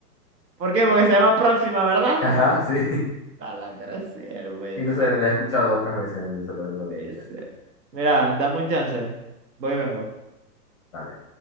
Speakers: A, on the right; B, on the left.
A: ¿Por qué? Porque se llama Próxima, ¿verdad?
B: Ajá, sí.
A: Malandra, cero, no puede
B: Y
A: ser,
B: no sé, la he escuchado otras veces, entonces por
A: no
B: eso
A: puede
B: lo pensé.
A: ser. Mira, dame un chance. Voy y vengo.
B: Dale.